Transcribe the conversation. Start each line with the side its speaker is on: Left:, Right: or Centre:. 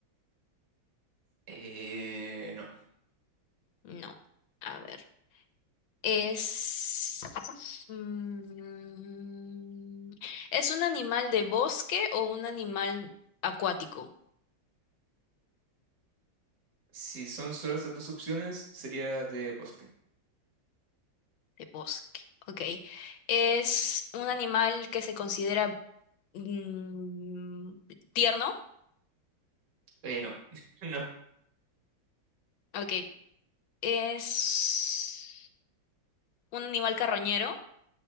Right: Eh, no.
Left: No. A ver. Es... mm, ¿es un animal de bosque o un animal acuático?
Right: Si son solo esas dos opciones, sería de bosque.
Left: De bosque, ok. ¿Es un animal que se considera mm, tierno?
Right: Eh, no. <laughs> No,
Left: Ok. ¿Es un animal carroñero?